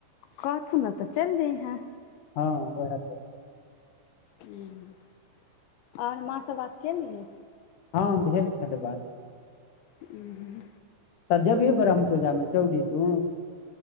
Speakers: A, on the left; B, on the left.
A: कहथुन न तऽ चलि जइहें
B: हँ ओहे कर
A: हुँ आओर माँ स बात केलही
B: हँ भेल छलै बात
A: हुँ
B: तऽ जेबही ब्रह्म पूजा मे चौरी तूं